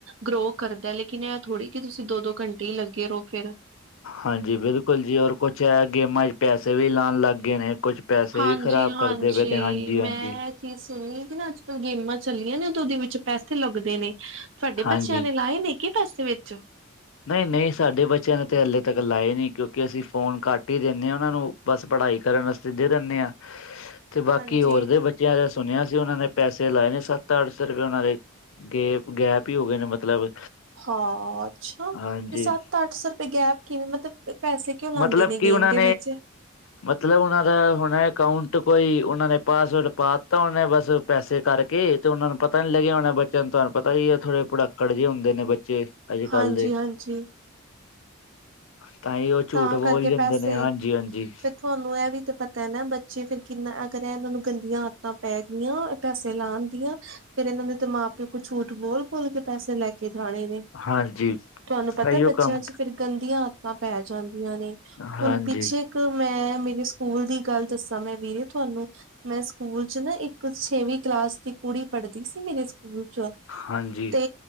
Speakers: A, on the right; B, on the left.
A: ਗਰੋ ਕਰਦਾ ਹੈ ਲੇਕਿਨ ਇਹ ਥੋੜ੍ਹੀ ਕਿ ਤੁਸੀ ਦੋ-ਦੋ ਘੰਟੇ ਹੀ ਲੱਗੇ ਰੋ ਫੇਰ
B: ਹਾਂਜੀ ਬਿਲਕੁਲ ਜੀ ਹੋਰ ਕੁਛ ਗੇਮਾਂ ਚ ਪੈਸੇ ਵੀ ਲਾਉਣ ਲੱਗ ਗਏ ਨੇ ਕੁਛ ਪੈਸੇ
A: ਹਾਂਜੀ-ਹਾਂਜੀ
B: ਵੀ ਖ਼ਰਾਬ ਕਰਦੇ ਪਏ ਤੇ ਹਾਂਜੀ-ਹਾਂਜੀ
A: ਮੈਂ ਇਹ ਚੀਜ਼ ਸੁਣੀਏ ਵੀ ਨਾ ਅੱਜ ਕੱਲ੍ਹ ਗੇਮਾਂ ਚੱਲੀਆਂ ਨੇ ਉਹਦੇ ਵਿੱਚ ਪੈਸੇ ਲੱਗਦੇ ਨੇ ਤੁਹਾਡੇ
B: ਹਾਂਜੀ
A: ਬੱਚਿਆਂ ਨੇ ਲਾਏ ਨੇਗੇ ਪੈਸੇ ਵਿੱਚ
B: ਨਹੀਂ-ਨਹੀਂ ਸਾਡੇ ਬੱਚਿਆਂ ਨੇ ਤਾਂ ਹਲੇ ਤੱਕ ਲਾਏ ਨਹੀਂ ਕਿਉਂਕਿ ਅਸੀਂ ਫੋਨ ਘੱਟ ਹੀ ਦਿੰਦੇ ਹਾਂ ਉਹਨਾਂ ਨੂੰ ਬਸ ਪੜ੍ਹਾਈ ਕਰਨ ਅਸੀ ਸਿੱਦੇ ਦਿੰਦੇ ਹ ਤੇ
A: ਹਾਂਜੀ
B: ਬਾਕੀ ਹੋਰ ਦੇ ਬੱਚੇ ਬਚਿਆਂ ਨੇ ਸੁਣਿਆ ਸੀ ਉਹਨਾਂ ਨੇ ਪੈਸੇ ਲਾਏ ਨੇ ਸੱਤ ਅੱਠ ਸੌ ਰੁਪਏ ਉਹਨਾਂ ਦੇ ਗੈ ਗੈਪ ਹੀ ਹੋ ਗਏ ਨੇ ਮਤਲਬ
A: ਹਾਂ ਅੱਛਾ ਤੇ
B: ਹਾਂਜੀ
A: ਸੱਤ ਅੱਠ ਸੌ ਰੁਪਏ ਗੈਪ ਕਿਵੇਂ ਮਤਲਬ ਪੈਸੇ ਕਿਉਂ ਲਾਉਂਦੇ
B: ਮਤਲਬ
A: ਨੇ
B: ਕਿ
A: ਗੇਮ
B: ਉਹਨਾਂ
A: ਦੇ ਵਿੱਚ <inaudible>
B: ਮਤਲਬ ਉਹਨਾਂ ਦਾ ਹੁਣੇ ਅਕਾਊਂਟ ਕੋਈ ਉਹਨਾਂ ਨੇ ਪਾਸਵਰਡ ਪਾ ਦਿੱਤਾ ਹੋਨੇ ਬਸ ਪੈਸੇ ਕਰਕੇ ਤੇ ਉਹਨਾ ਨੂੰ ਪਤਾ ਨੀ ਲੱਗਿਆ ਹੋਣਾ ਬੱਚਿਆਂ ਨੂੰ ਤੁਹਾਨੂੰ ਪਤਾ ਹੀ ਆ ਥੋੜੇ ਡੁੜਾਕੜ ਜਿਹੇ ਹੁੰਦੇ ਨੇ ਬੱਚੇ ਅੱਜ
A: ਹਾਂਜੀ-ਹਾਂਜੀ
B: ਕੱਲ ਦੇ ਤਾਂ ਹੀ ਉਹ ਝੂਠ
A: ਤਾਂ ਕਰਕੇ
B: ਬੋਲ ਜਾਂਦੇ
A: ਪੈਸੇ
B: ਨੇ ਹਾਂਜੀ, ਹਾਂਜੀ।
A: ਫਿਰ ਤੁਹਾਨੂੰ ਇਹ ਵੀ ਤਾਂ ਪਤਾ ਨਾ ਬੱਚੇ ਫੇਰ ਕਿੰਨਾ ਅਗਰ ਇਹ ਇਹਨਾਂ ਨੂੰ ਗੰਦੀਆਂ ਆਦਤਾਂ ਪੈ ਗਈਆਂ। ਪੈਸੇ ਲਾਨ ਦੀਆ ਫੇਰ ਇਹਨਾਂ ਦੇ ਤੇ ਮਾਂ ਪਿਓ ਕੁ ਝੂਠ ਬੋਲ, ਬੋਲ ਕੇ ਪੈਸੇ ਲੈ ਕੇ ਜਾਣੇ ਨੇ
B: ਹਾਂਜੀ
A: ਤੁਹਾਨੂੰ ਪਤਾ
B: ਇਹੀਓ
A: ਬੱਚਿਆਂ
B: ਕੰਮ
A: ਚ ਫੇਰ ਗੰਦੀਆਂ ਆਦਤਾ ਪੈ ਜਾਂਦੀਆਂ ਨੇ
B: ਹਾਂਜੀ
A: ਹੁਣ ਪਿੱਛੇ ਇੱਕ ਮੈਂ ਮੇਰੇ ਸਕੂਲ ਦੀ ਗੱਲ ਦੱਸਾਂ ਮੈਂ ਵੀਰੇ ਤੁਹਾਨੂੰ ਮੈਂ ਸਕੂਲ ਚ ਨਾ ਇੱਕ ਛੇਵੀਂ ਕਲਾਸ ਦੀ ਕੁੜੀ ਪੜ੍ਹਦੀ ਸੀ ਮੇਰੇ ਅੱਛਾ
B: ਹਾਂਜੀ
A: ਤੇ